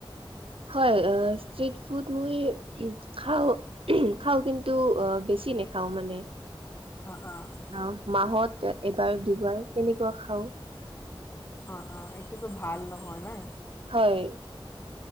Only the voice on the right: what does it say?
হয়, ষ্ট্ৰিট ফুড মই খাওঁ। খাওঁ কিন্তু অঁ' বেছি নেখাওঁ মানে।
অঁ' মাহত এবাৰ দুবাৰ তেনেকুৱা খাওঁ।
হয়।